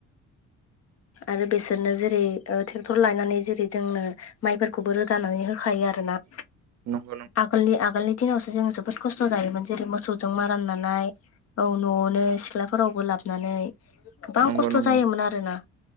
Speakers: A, on the right; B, on the left.
A: <inaudible>
B: आरो बेसोरनो जेरै टेक्टर लायनानै जेरै जोंनो माइफोरखौबो रोगानानै होखायो आरो ना
A: <inaudible>
B: आगोलनि आगोलनि दिनावसो जों जोबोद खस्थ' जायोमोन जेरै मोसौजों माराननानाय। औ न'आवनो सिख्लाफोरावबो लाबोनानै गोबां
A: नंगौ
B: खस्थ'
A: नंगौ
B: जायोमोन आरोना।